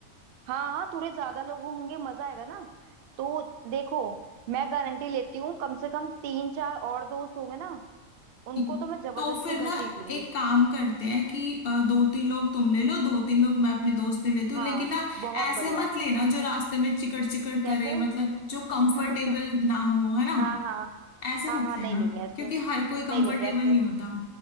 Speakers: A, on the right; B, on the left.
A: हाँ हाँ थोड़े ज्यादा लोग होंगे मजा आएगा ना तो देखो मैं गारंटी लेती हूँ कम से कम तीन चार और दोस्त होंगे ना उनको
B: इ-
A: तो मैं जबरदस्ती
B: तो फिर
A: घसीट
B: ना
A: लूंगी
B: एक काम करते हैं कि अ, दो तीन लोग तुम ले लो दो तीन लोग मैं अपने दोस्त ले लेती हूँ
A: हाँ
B: लेकिन ना
A: बहुत
B: ऐसे
A: बढ़िया
B: मत लेना जो रास्ते में चिकट चिकट
A: कैसे
B: करे मतलब जो कंफर्टेबल
A: <laughs> हाँ
B: ना हो है ना
A: हाँ हाँ
B: ऐसे
A: हाँ
B: मत
A: नहीं
B: लेना
A: लेंगे ऐसे
B: क्योंकि हर कोई कंफर्टेबल
A: नहीं लेंगे ऐसे
B: नहीं होता